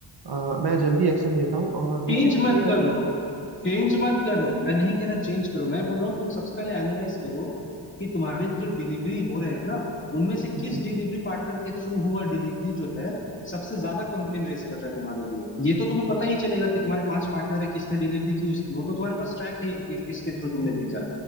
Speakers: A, on the right (about 55°); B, on the left (about 25°).
A: अ, मैं जल्दी एक्शन लेता हूँ और दूसरी
B: चेंज
A: चीज़
B: मत
A: ये
B: करो
A: आ रही है ना
B: चेंज मत करो मैं नहीं कह रहा चेंज करो मैं बोल रहा हूँ तुम सबसे पहले एनालाइज करो कि तुम्हारे जो डिलीवरी हो रहे हैं ना उनमें से किस
A: हम्म
B: डिलीवरी पार्टनर के थ्रू हुआ डिलीवरी जो है सबसे ज्यादा कंप्लेन रेस कर रहा है तुम्हारे लिए ये तो तुम्हें पता ही चलेगा कि तुम्हारे पांच पार्टनर है किसने डिलीवरी की उस- वो तो तुम्हारे पास ट्रैक है कि, किसके थ्रू तुमने भेजा